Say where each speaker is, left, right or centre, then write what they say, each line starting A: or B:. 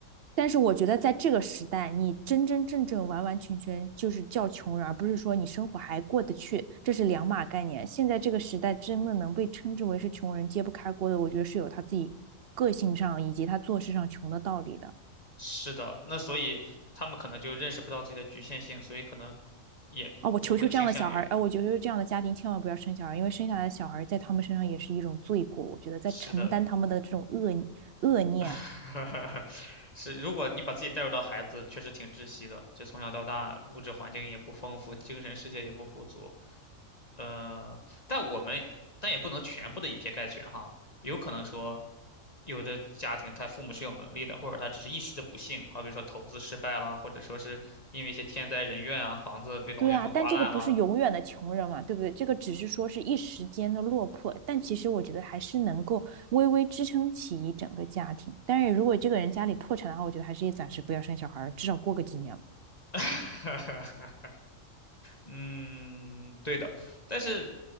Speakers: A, on the right; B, on the left.
A: 但是我觉得在这个时代，你真真正正完完全全就是叫穷人，而不是说你生活还过得去，这是两码概念。现在这个时代，真的能被称之为是穷人揭不开锅的，我觉得是有他自己个性上以及他做事上穷的道理的。
B: 是的，那所以他们可能就认识不到自己的局限性，所以可能也也会倾向于。
A: 啊，我求求这样的小孩啊，哎我求求这样的家庭千万不要生小孩，因为生下来的小孩在他们身上也是一种罪过，我觉得在承担他们的这种恶恶念。
B: 是的，<laughs> 是，如果你把自己带入到孩子，确实挺窒息的。就从小到大，物质环境也不丰富，精神世界也不富足。呃，但我们但也不能全部的以偏概全哈，有可能说，有的家庭他父母是有能力的，或者他只是一时的不幸，好比说投资失败了，或者说是因为一些天灾人怨啊，房子被龙卷风刮烂了。
A: 对啊，但这个不是永远的穷人嘛，对不对？这个只是说是一时间的落魄，但其实我觉得还是能够微微支撑起一整个家庭。但是如果这个人家里破产的话，我觉得还是也暂时不要生小孩儿，至少过个几年吧
B: <laughs> 嗯，对的，但是，